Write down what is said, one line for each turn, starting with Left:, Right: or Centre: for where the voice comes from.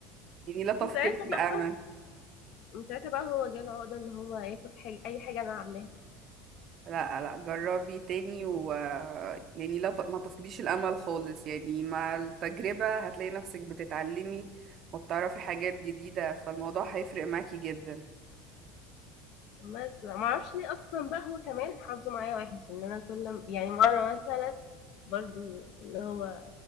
Right: يعني لا تفقد
Left: من ساعتها
Right: الامل
Left: بقى من ساعتها بقى هو جاله عقدة ان هو ياكل حاجة اي حاجة انا عاملاها
Right: لا لا جربي تاني و يعني لا ت... ما تفقديش الامل خالص يعني مع التجربه هتلاقي نفسك بتتعلمي وبتعرفي حاجات جديده فالموضوع هيفرق معاكي جدا
Left: بس ما اعرفش ليه اصلا بقى هو كمان حظه معايا وحش ان انا كل م- يعني مره مثلا برضو اللي هو